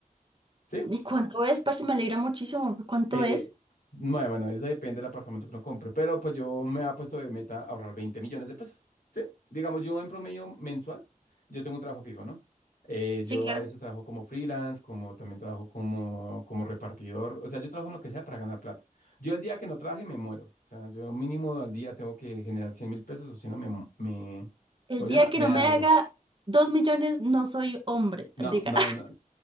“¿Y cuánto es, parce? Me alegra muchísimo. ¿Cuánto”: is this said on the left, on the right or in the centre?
Right